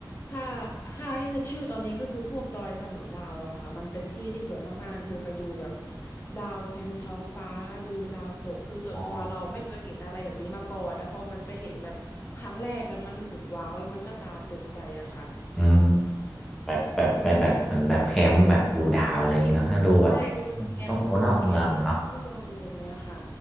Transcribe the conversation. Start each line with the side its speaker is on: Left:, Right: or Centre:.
Left: ถ้าถ้าให้นึกชื่อตอนนี้ก็คือพวกดอยเสมอดาวอะค่ะมันเป็นที่ที่สวยมากๆคือไปดูแบบดาวเต็มท้องฟ้าดูดาวตกคือส่วนตัวเราไม่เคยเห็นอะไรแบบนี้มาก่อนแล้วพอมันไปเห็นแบบครั้งแรกแล้วมันรู้สึกว้าวแล้วมันก็ตาตึงใจอะค่ะ
Centre: อ๋ออืมแบบแบบไปแบบเหมือนแบบแคมป์แบบดูดาวอะไรอย่างเงี้ยเนาะถ้าดูแบบอืมต้องดูนอกเมืองเนาะ
Left: ใช่ไปเป็นแคมป์นอนแคมป์ที่วันอะไรแบบเนี้ยค่ะ